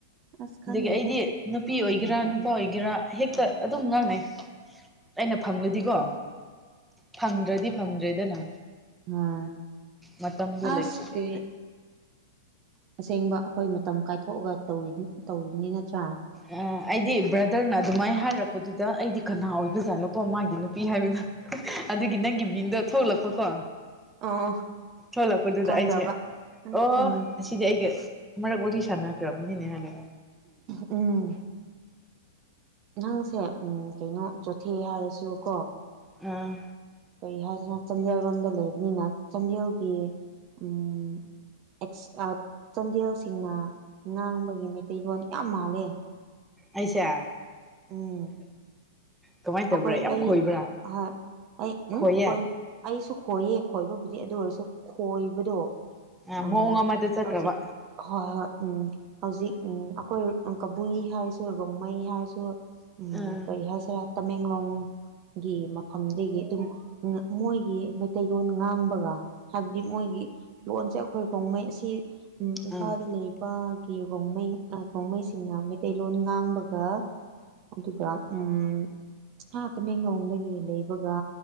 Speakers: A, on the right; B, in the centre.
A: ꯑꯁ ꯈꯪꯗꯦꯗ
B: ꯑꯗꯒꯤ ꯑꯩꯗꯤ ꯅꯨꯄꯤ ꯑꯣꯏꯒꯦꯔꯥ
A: ꯖꯥꯠ
B: ꯅꯨꯄꯥ ꯑꯣꯏꯒꯦꯔꯥ ꯍꯦꯛꯇ
A: ꯖꯥꯠꯅꯤ
B: ꯑꯗꯨꯝ ꯉꯥꯡꯅꯩ ꯑꯩꯅ ꯐꯪꯂꯗꯤꯀꯣ ꯐꯪꯗ꯭ꯔꯗꯤ ꯐꯪꯗ꯭ꯔꯦꯗꯅ
A: ꯑꯥ
B: ꯃꯇꯝꯗꯣ
A: ꯑꯁ
B: ꯂꯩꯇ꯭ꯔꯗꯤ
A: ꯀ꯭ꯔꯤ ꯑꯁꯦꯡꯕ ꯑꯩꯈꯣꯏ ꯃꯇꯝ ꯀꯥꯏꯊꯣꯛꯑꯒ ꯇꯧꯔꯤ ꯇꯧꯔꯤꯅꯤ ꯅꯠꯇ꯭ꯔꯥ
B: ꯑ ꯑꯩꯗꯤ ꯕ꯭ꯔꯗꯔꯅ ꯑꯗꯨꯃꯥꯏꯅ ꯍꯥꯏꯔꯛꯄꯗꯨꯗ ꯑꯩꯗꯤ ꯀꯅꯥ ꯑꯣꯏꯕꯖꯥꯠꯅꯣꯀꯣ ꯃꯥꯒꯤ ꯅꯨꯄꯤ ꯍꯥꯏꯕꯗ ꯑꯗꯨꯒꯤ ꯅꯪꯒꯤ ꯃꯤꯡꯗꯣ ꯊꯣꯛꯂꯛꯄꯀꯣ
A: ꯑꯣ
B: ꯊꯣꯛꯂꯛꯄꯗꯨꯗ
A: ꯈꯪꯈ꯭ꯔꯕ
B: ꯑꯩꯁꯦ
A: ꯎꯝ
B: ꯑꯣ
A: ꯎꯝ
B: ꯁꯤꯗꯤ ꯑꯩꯒ ꯃꯔꯒ ꯑꯣꯔꯤꯁꯥꯅꯈ꯭ꯔꯕꯅꯤꯅꯦ ꯍꯥꯏꯔꯒ
A: ꯎꯝ ꯅꯪꯁꯦ ꯎꯝ ꯀꯩꯅꯣ ꯆꯣꯊꯦ ꯍꯥꯏꯔꯁꯨ ꯀꯣ
B: ꯑꯥ
A: ꯀꯔꯤ ꯍꯥꯏꯖꯤꯔ ꯆꯥꯟꯗꯦꯜ ꯂꯣꯝꯗ ꯂꯩꯕꯅꯤꯅ ꯆꯥꯟꯗꯦꯜꯒꯤ ꯎꯝ <unintelligible> ꯆꯥꯟꯗꯦꯜꯁꯤꯡꯅ ꯉꯥꯡꯕꯒꯤ ꯃꯩꯇꯩꯂꯣꯟ ꯌꯥꯝ ꯃꯥꯜꯂꯦ
B: ꯑꯩꯁꯦ
A: ꯎꯝ
B: ꯀꯃꯥꯏꯅ ꯇꯧꯕ꯭ꯔꯥ
A: ꯑꯩꯈꯣꯏ
B: ꯌꯥꯝ
A: ꯑꯩ
B: ꯈꯣꯏꯕ꯭ꯔꯥ
A: ꯍꯣꯏ ꯑꯩ ꯎꯝ
B: ꯈꯣꯏꯌꯦ
A: ꯈꯣꯏ ꯑꯩꯁꯨ ꯈꯣꯏꯌꯦ ꯈꯣꯏꯕꯕꯨꯗꯤ ꯑꯗꯨ ꯑꯣꯏꯔꯁꯨ ꯈꯣꯏꯕꯗꯣ
B: ꯑ
A: ꯑꯥ
B: ꯃꯑꯣꯡ ꯑꯃꯗ ꯆꯠꯈ꯭ꯔꯕ
A: ꯍꯧꯖꯤꯛ ꯍꯣꯏ ꯍꯣꯏ ꯎꯝ ꯍꯧꯖꯤꯛ ꯎꯝ ꯑꯩꯈꯣꯏ ꯀꯕꯨꯏ ꯍꯥꯏꯔꯁꯨ ꯔꯣꯡꯃꯩ ꯍꯥꯏꯔꯁꯨ ꯎꯝ
B: ꯑꯥ
A: ꯀꯔꯤ ꯍꯥꯏꯁꯤꯔ ꯇꯃꯦꯡꯂꯣꯡ ꯒꯤ ꯃꯐꯝꯗꯒꯤ ꯑꯗꯨꯝ ꯃꯣꯏꯒꯤ ꯃꯩꯇꯩꯂꯣꯟ ꯉꯥꯡꯕꯒ ꯍꯥꯏꯕꯗꯤ ꯃꯣꯏꯒꯤ ꯂꯣꯟꯁꯦ ꯑꯩꯈꯣꯏ ꯔꯣꯡꯃꯩ ꯑꯁꯤ ꯏꯝꯐꯥꯜꯗ
B: ꯑꯥ
A: ꯂꯩ ꯅꯨꯄꯥꯒꯤ ꯔꯣꯡꯃꯩꯁꯤꯡꯅ ꯀꯣꯡꯃꯩꯁꯤꯡꯅ ꯃꯩꯇꯩꯂꯣꯟ ꯉꯥꯡꯕꯒ ꯑꯗꯨꯒ ꯎꯝ ꯑꯥ ꯇꯃꯦꯡꯂꯣꯡꯗꯒꯤ ꯂꯩꯕꯒ